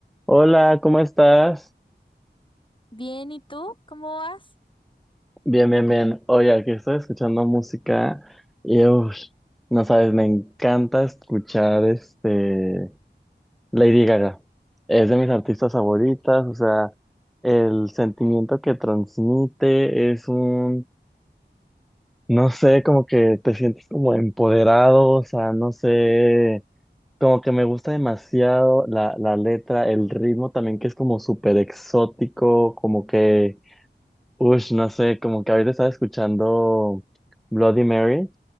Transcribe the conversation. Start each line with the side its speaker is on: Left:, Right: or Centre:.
Centre: Hola, ¿cómo estás?
Left: Bien, ¿y tú? ¿Cómo vas?
Centre: Bien, bien, bien. Oye, aquí estoy escuchando música y uff, no sabes, me encanta escuchar este Lady Gaga. Es de mis artistas favoritas, o sea, el sentimiento que transmite es un, no sé, como que te sientes como empoderado, o sea, no sé, como que me gusta demasiado la, la letra, el ritmo también que es como súper exótico, como que Ush, no sé, como que ahorita estaba escuchando Bloody Mary